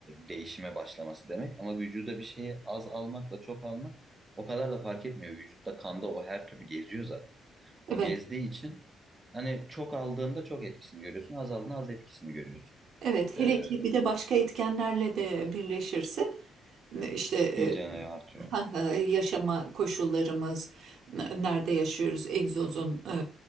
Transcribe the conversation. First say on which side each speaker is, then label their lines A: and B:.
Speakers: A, on the right; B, on the right.
A: değişime başlaması demek ama vücuda bir şeyi az almakla çok almak o kadar da fark etmiyor vücutta kanda o her türlü geziyor zaten
B: Evet.
A: o gezdiği için hani çok aldığında çok etkisini görüyorsun az aldığında az etkisini görüyorsun
B: Evet,
A: e,
B: hele ki bir de başka etkenlerle de birleşirse işte e,
A: iyice ne artıyor.
B: Ha, ha, yaşama koşullarımız, n- nerede yaşıyoruz, egzozun, e,